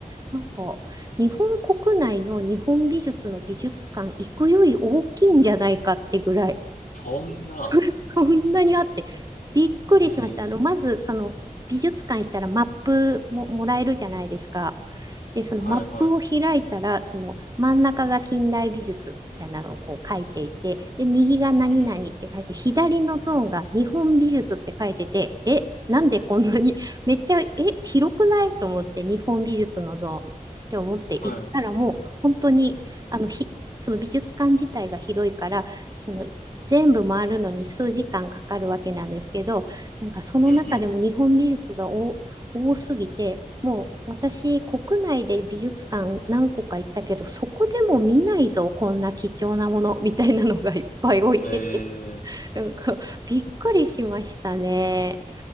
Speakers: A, on the right (about 25°); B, on the left (about 75°).
A: なんか日本国内の日本美術の美術館行くより大きいんじゃないかってぐらい
B: そんな。
A: <laughs> そんなにあって、びっくりしました。
B: ええ、
A: あの、まず、その、美術館行ったらマップももらえるじゃないですか。で、そのマップを開いたら、
B: はいは
A: その真ん中が近代美術みたいなのをこう書いていて、で、右が何々って書いて、
B: い。うん、
A: 左のゾーンが日本美術って書いてて、え、なんでこんなに、<laughs> めっちゃ、え、広くないと思って、日本美術のゾーンって思って行ったら、
B: は
A: もう本当に、あの、ひ、その美術館自体が広いから、その全部回るのに数時間かかるわけなんですけど、なんかその中でも日本美術が多多すぎて、
B: い。うん
A: もう私、国内で美術館何個か行ったけど、そこでも見ないぞ、こんな貴重なものみたいなのがいっぱい置いてて、
B: うん。ええ、
A: <laughs> なんかびっくりしましたね。